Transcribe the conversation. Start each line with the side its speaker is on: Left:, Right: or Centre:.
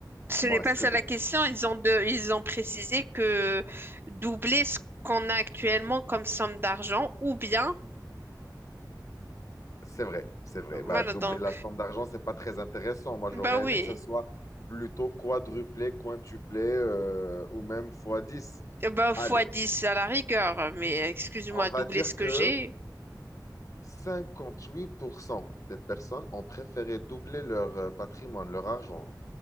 Right: Ce
Left: Moi,
Right: n'est pas
Left: est-ce
Right: ça
Left: que je
Right: la question. Ils ont, de, ils ont précisé que doubler ce qu'on a actuellement comme somme d'argent, ou bien,
Left: C'est vrai, c'est vrai.
Right: voilà,
Left: Bah, doubler
Right: donc,
Left: la somme d'argent, c'est pas très intéressant. Moi, j'aurais
Right: bah oui,
Left: aimé que ça soit plutôt quadruplé, quintuplé euh, ou même fois 10.
Right: Euh, bah fois
Left: Allez,
Right: 10 à la rigueur, mais excuse-moi,
Left: on va
Right: doubler
Left: dire
Right: ce que
Left: que
Right: j'ai.
Left: 58% des personnes ont préféré doubler leur euh, patrimoine, leur argent.